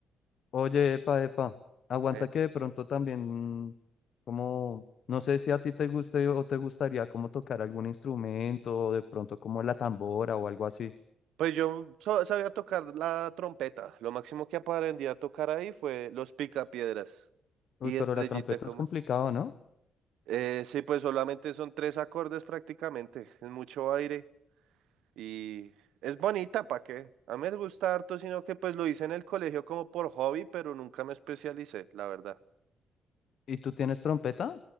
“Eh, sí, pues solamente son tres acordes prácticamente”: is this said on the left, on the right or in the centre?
Right